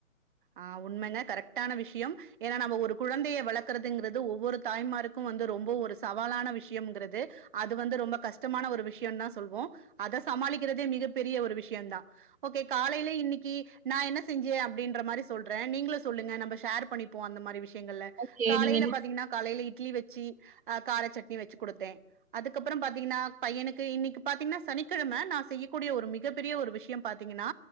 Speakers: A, on the right; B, on the right.
A: ஆ உண்மங்க கரெக்ட்டான விஷயம் ஏன்னா நம்ம ஒரு குழந்தைய வளக்குறதுங்குறது ஒவ்வொரு தாய்மாருக்கு வந்து ரொம்ப ஒரு சவாலான விஷயம்ங்குறது அது வந்து ரொம்ப கஷ்டமான ஒரு விஷயொந்தா சொல்வோ அத சமாளிக்கிறதே மிகப்பெரிய ஒரு விஷயந்தா ஓகே காலைல இன்னக்கி நா என்ன செஞ்சே அப்டின்ற மாரி சொல்ற நீங்களு சொல்லுங்க நம்ப ஷேர் பண்ணிப்போ அந்த மாரி விஷ் யங்கள
B: ஓகே.
A: காலைல
B: நீங்க என்ன
A: பாத்தீங்கனா காலையில இட் ட்லி வெச்சி அ கார சட்னி வச்சி குடுத்தே அதுக்கப்றம் பாத்தீங்கன்னா பையனுக்கு இன்னக்கு பாத்தீங்கன்னா சனிக்கிழம நா செய்யக்கூடிய ஒரு மிகப்பெரிய ஒரு விஷயம் பாத்தீங்கன்னா